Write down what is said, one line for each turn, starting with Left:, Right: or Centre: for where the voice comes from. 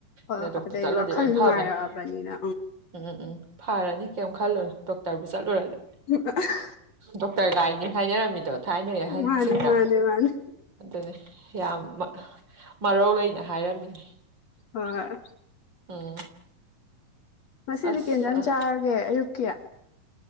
Left: ꯍꯣꯏ
Right: ꯑꯗ
Left: ꯍꯣꯏ
Right: ꯗꯣꯛꯇꯔ
Left: ꯑꯗꯩ
Right: ꯆꯠꯂꯗꯤ
Left: ꯋꯥꯈꯜ
Right: ꯂꯣꯏ
Left: ꯅꯨꯡꯉꯥꯏꯔꯛꯑꯕꯅꯤꯅ
Right: ꯐꯕꯅꯤ ꯎꯝ ꯎꯝ ꯐꯔꯅꯤ ꯀꯩꯝ ꯈꯜꯂꯨꯅ ꯗꯣꯛꯇꯔꯕꯨ ꯆꯠꯂꯨꯔꯗꯤ
Left: <unintelligible>
Right: ꯗꯣꯛꯇꯔ ꯂꯥꯏꯅꯤ ꯍꯥꯏꯅꯔꯝꯃꯤꯗꯣ ꯊꯥꯏꯅꯩ ꯑꯍꯟꯁꯤꯡꯅ
Left: ꯃꯥꯅꯦ ꯃꯥꯅꯦ ꯃꯥꯅꯦ
Right: ꯑꯗꯨꯅꯦ ꯌꯥꯝ ꯃ ꯃꯔꯧ ꯂꯩꯅ ꯍꯥꯏꯔꯝꯃꯤꯅꯦ
Left: ꯍꯣꯏ
Right: ꯎꯝ
Left: ꯉꯁꯤꯗꯤ
Right: ꯑꯁ
Left: ꯀꯩ ꯏꯟꯖꯥꯡ ꯆꯥꯔꯒꯦ ꯑꯌꯨꯛꯀꯤ